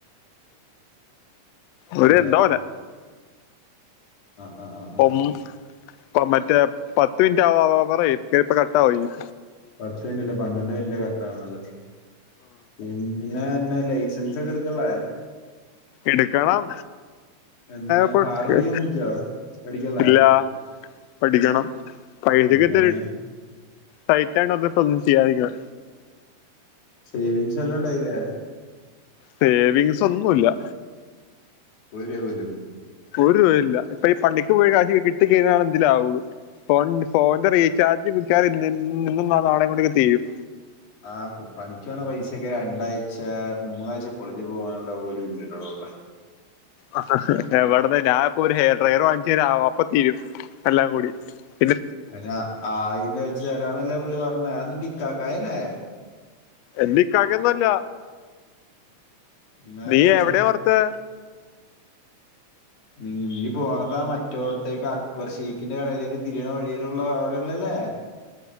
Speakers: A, on the left; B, on the left.
A: ഒര്
B: ആ
A: എന്തോ പോലെ
B: അ അആഅ്
A: ഒഠ ഒമറ്റേ പത്ത് മിന് റ്റാആവാറേ കേപ്പ കട്ടാവയ്ന്
B: പത്ത് ന്ല്ല പന്ത്രണ്ട് ന്ല്ല കററ്റാണത് പിന്ന് പിന്നെ എന്നെ ലൈസൻസൊക്കെ എടുക്കില്ലേ?
A: എടുക്കണം
B: എന്ന്
A: പ്പൊ
B: കാറ്
A: ക്
B: ഓടിക്കാൻ പഠിച്ചോ പഠിക്കള്ളേ
A: ഇല്ല പഠിക്കണം പൈസക്ക്
B: എങ്ങനെ
A: ഇത്തിരി ടൈറ്റാണ് അത് പ്പം ചെയ്യാതിരിക്ക്ണേ.
B: സേവിംഗ്സ് എല്ലാം ടായില്ലേ?
A: സേവിങ്സ് ഒന്നുല്ലാ
B: ഒര് ഒരും
A: ഒരു രൂപല്ലാ ഇപ്പൊ ഇപണിക്ക് പോയി കാഷ് ക് കിട്ടി കഴിഞ്ഞാല് എന്തിലാവുള്ളൂ. ഫോൺ ഫോണന്റെ റീചാർജ് വിക്കാറ് ഇ ഇന്നും നാളെ കൊണ്ടെക്കേ തീരും.
B: ആ പ്പപണിക്കണ പൈസൊക്കെ രണ്ടാഴ്ച മൂന്നാഴ്ച കോളേജ് പോകാനുള്ള പോലും ഇല്ലല്ലോ ഉള്ള
A: അ അ് ഇ എവിടന്ന് ഞാ ഇപ്പൊ ഒരു ഹെയർ ഡ്രൈവറെവാങ്ങിച്ചയി ഞാൽആവാ അപ്പ തീരും. എല്ലാം കൂടി ഇത്
B: അയ്ന് അ ആയിൻവെച്ചാരാ നല്ലേ പുള്ളി പറഞ്ഞേ അതിന്നിക്കാക്കയല്ലെ?
A: എൻ്റി കാക്കയൊന്നല്ല
B: പിന്നാരത്
A: നീ എവിടെ ഓർത്തെ
B: നീ പോണതാ മറ്റോടത്തേക്ക അക്ബർ ഷെയ്ഖിന്റെ കടയിലേക്ക് തിരിയണ വഴിയിലുള്ള അവിടെയ ള്ളല്ലേ?